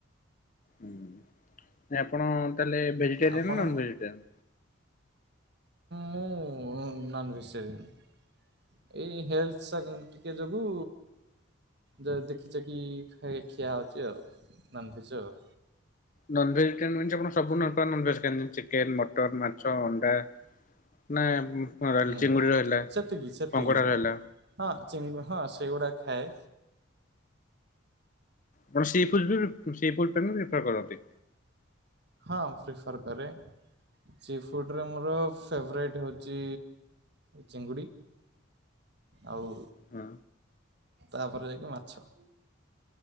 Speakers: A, on the left (about 40°); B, on the right (about 55°).
A: ହୁଁ ଆପଣ ତା ହେଲେ ଭେଜିଟେରିଆନ୍
B: ଆପଣ?
A: ନା ନନ୍ ଭେଜିଟେରିଆନ୍।
B: ମୁଁ ନନ୍ ଭେଜିଟେରିଆନ୍। ଏଇ ହେଲ୍ସା ଟିକେ ଯୋଗୁଁ। ଯେ ଦେଖି ଛେକି କି ଖାଇ ଖିଆ ହୋଉଛି ଆଉ ନନଭେଜର୍।।
A: ନନଭେଜିଟେରିଆନ୍ ମାନେ ଆପଣ ସବୁ ନନଭେଜ୍ ଖାଆନ୍ତି ଯେମିତି ଚିକେନ, ମଟନ୍, ମାଛ, ଅଣ୍ଡା। ନାଇ ରାଲ୍
B: ହୁଁ
A: ଚିଙ୍ଗୁଡ଼ି ହେଲା
B: ସେତିକି ସେତିକି
A: କଙ୍କଡ଼ା ହେଲା।
B: ହଁ ଚିଙ୍ଗୁ ହଁ ସେଗୁଡା ଖାଏ।
A: ଆପଣ ସି ଫୁଡ୍ ବି ସି ଫୁଡ୍ <unintelligible> କରନ୍ତି।
B: ହଁ ପ୍ରିଫର୍ କରେ। ସି ଫୁଡରେ ମୋର ଫେଭରାଇଟ୍ ହୋଉଛି। ଚିଙ୍ଗୁଡ଼ି ଆଉ
A: ହଁ
B: ତାପରେ ଯାଇକି ମାଛ।